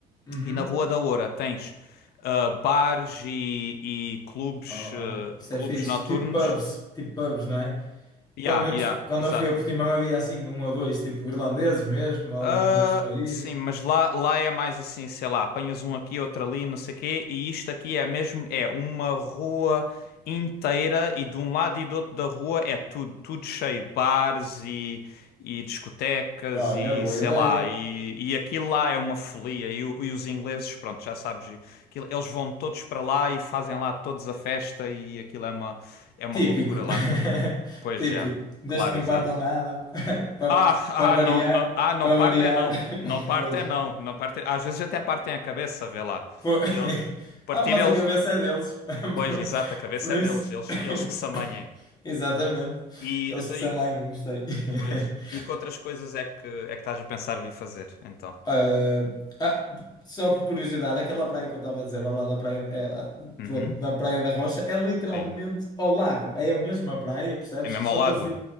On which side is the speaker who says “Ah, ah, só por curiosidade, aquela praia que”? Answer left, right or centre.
Left